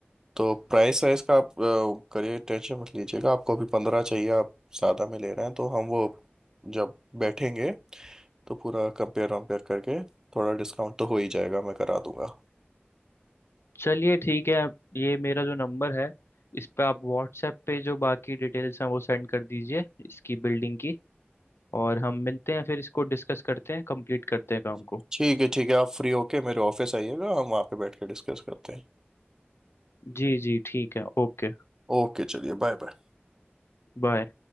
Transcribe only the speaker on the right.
तो प्राइस वाइज का आप अ, करिए टेंशन मत लीजिएगा आपको अभी पंद्रह चाहिए आप सादा में ले रहे हैं तो हम वो जब बैठेंगे तो पूरा कंपेयर वम्पेयर करके थोड़ा डिस्काउंट तो हो ही जाएगा मैं करा दूंगा
ठीक है ठीक है आप फ्री होके मेरे ऑफिस आइएगा हम वहाँ पे बैठ के डिस्कस करते हैं
ओके चलिए बाय बाय